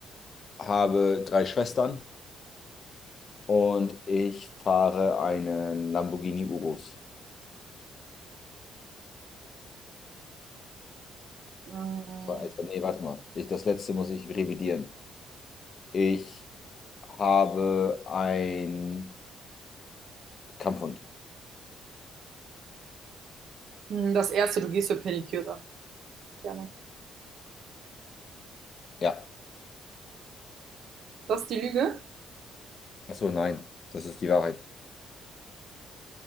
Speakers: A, on the left (about 45°); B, on the right (about 70°).
A: habe drei Schwestern und ich fahre einen Lamborghini Urus.
B: Hm.
A: Wa- Also, nee, warte mal. Ich, das letzte muss ich revidieren. Ich habe einen Kampfhund.
B: Hm, Das erste, du gehst für Pediküre. Gerne.
A: Ja.
B: Das ist die Lüge?
A: Ach so, nein. Das ist die Wahrheit.